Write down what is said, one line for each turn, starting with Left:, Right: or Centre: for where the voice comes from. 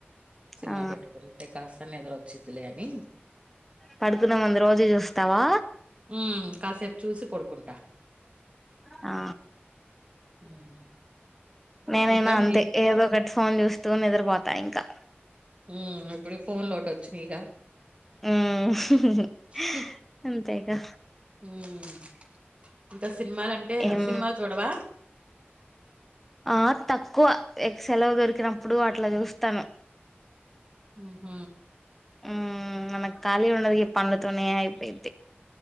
Right: సినిమా
Centre: ఆ
Right: పెట్టుకుంటే కాస్త నిద్ర వచ్చిద్లే అని
Centre: పడుకున్న ముంది రోజే చూస్తావా?
Right: ఉమ్ కాసేపు చూసి పడుకుంటా.
Centre: ఆ
Right: ఉమ్
Centre: నేనైనా
Right: ఇంకా
Centre: అంతే
Right: మీరు
Centre: ఏదో ఒకటి ఫోన్ చూస్తూ నిద్రపోతా ఇంకా.
Right: ఉ ఇప్పుడు ఫోన్ లోటి ఒచ్చినైగా
Centre: హ్మ్
Right: కి
Centre: అంతేగా
Right: ఉమ్ ఇంకా సినిమలంటే
Centre: ఏం
Right: సినిమాలు చూడవా?
Centre: ఆ తక్కువ ఎక్ సెలవు దొరికినప్పుడు అట్లా చూస్తాను.
Right: ఉహ్
Centre: ఉ మనక కాలి ఉన్నది పన్నతోన్నేయిపోయితే